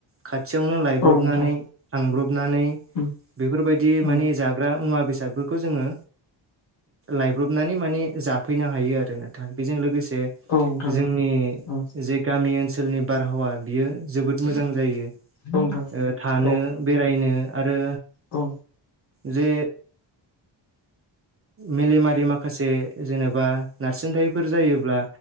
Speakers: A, on the right; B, on the left.
A: खाथियावनो लायब्रबनानै
B: औ नोंथां
A: थांब्रबनानै
B: उम
A: बेफोरबायदि
B: उम
A: माने जाग्रा मुवा बेसाद खौ जोङो लायब्रबनानै माने जाफैनो हायो आरो नथां बेजों लोगोसे
B: औ नोंथां
A: जोंनि
B: उम
A: जे गामि ओनसोलनि बारहावा बियो जोबोद मोजां जायो।
B: औ नोंथां
A: थानो
B: औ
A: बेरायनो आरो
B: औ
A: जे मेलेमारि माखासे जेनेबा नारसिनथायफोर जायोब्ला